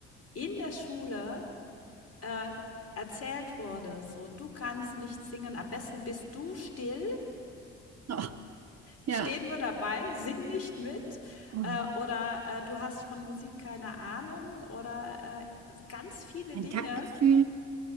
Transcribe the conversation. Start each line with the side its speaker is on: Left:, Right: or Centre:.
Left: in der Schule, äh, erzählt wurde, so: „Du kannst nicht singen, am besten bist du still,
Right: Ach, ja.
Left: Stehen wir dabei, sing nicht mit“,
Right: Oh,
Left: äh, oder, äh: „Du hast von Musik keine Ahnung“ oder, äh, ganz viele
Right: ein
Left: Dinge,
Right: Taktgefühl.